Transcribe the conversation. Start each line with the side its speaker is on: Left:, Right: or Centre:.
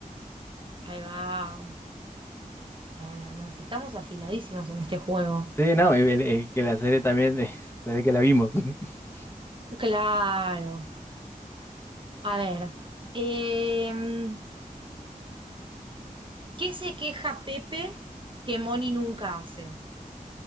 Right: Ahí va. Ah, no, no, si estamos afiladísimos en este juego.
Left: Sí, no, y el- eh, que la serie también, eh, <laughs> se ve que la vimos, <laughs>
Right: Claro. A ver. em, ¿qué se queja Pepe que Moni nunca hace?